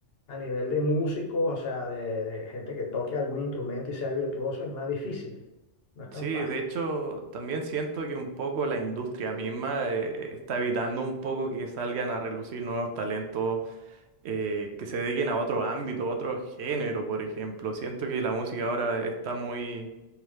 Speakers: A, on the left; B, on the right.
A: a nivel de músicos, o sea, de, de gente que toque algún instrumento y sea virtuoso, es más difícil, no es tan
B: Sí,
A: fácil.
B: de hecho, también siento que un poco la industria misma eh, está evitando un poco que salgan a relucir nuevos talentos eh, que se dediquen a otro ámbito, a otro género, por ejemplo. Siento que la música ahora está muy,